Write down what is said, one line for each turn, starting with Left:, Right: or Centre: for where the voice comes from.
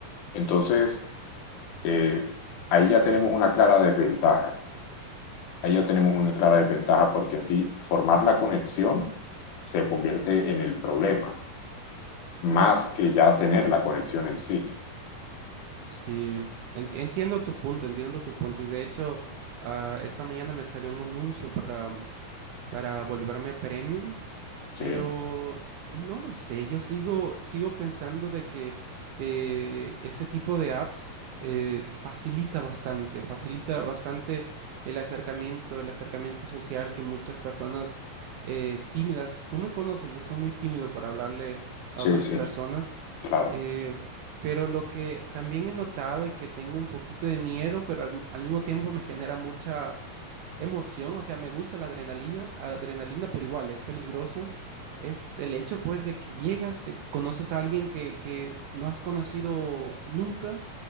Left: Entonces, eh, ahí ya tenemos una clara desventaja. Ahí ya tenemos una clara desventaja porque en sí formar la conexión se convierte en el problema, más que ya tener la conexión en sí.
Right: Sí, enti- entiendo tu punto, entiendo tu punto. Y de hecho, ah, esta mañana me salió un anuncio para, mm, para volverme premium,
Left: Sí,
Right: pero no lo sé, yo sigo, sigo pensando de que eh, este tipo de apps eh, facilita bastante, facilita bastante el acercamiento, el acercamiento social que muchas personas eh, tímidas, tú me conoces, yo soy muy tímido para hablarle
Left: sí,
Right: a otras
Left: sí.
Right: personas.
Left: Claro,
Right: Eh, pero lo que también he notado y que tengo un poquito de miedo, pero al, al mismo tiempo me genera mucha emoción, o sea, me gusta la adrenalina, adrenalina, pero igual es peligroso, es el hecho pues de que llegas, te conoces a alguien que, que no has conocido nunca,